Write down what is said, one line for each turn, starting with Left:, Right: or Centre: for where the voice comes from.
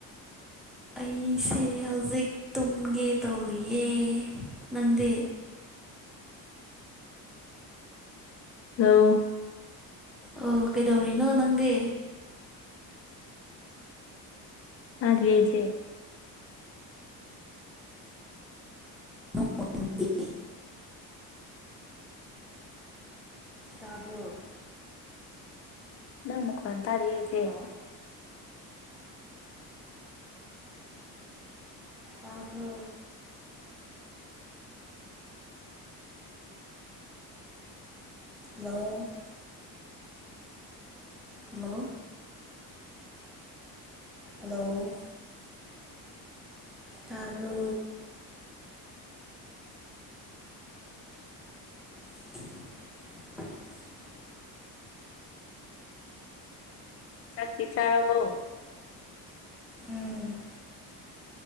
Centre: ꯑꯩꯁꯦ ꯍꯧꯖꯤꯛ ꯇꯨꯝꯒꯦ ꯇꯧꯔꯤꯌꯦ ꯅꯪꯗꯤ
Left: ꯍꯜꯂꯣ
Centre: ꯑꯣ ꯀꯩꯗꯧꯔꯤꯅꯣ ꯅꯪꯗꯤ
Left: ꯇꯗꯤꯌꯦ ꯏꯆꯦ
Centre: <inaudible> ꯇꯥꯕ꯭ꯔꯣ
Left: ꯅꯪ ꯅꯈꯣꯟ ꯇꯥꯗꯤꯌꯦ ꯏꯆꯦ
Centre: ꯍꯜꯂꯣ ꯇꯕ꯭ꯔꯣ ꯍꯜꯂꯣ ꯍꯜꯂꯣ ꯍꯜꯂꯣ ꯇꯕ꯭ꯔꯣ <inaudible>
Left: ꯆꯥꯛꯇꯤ ꯆꯥꯔꯕꯣ
Centre: ꯎꯝ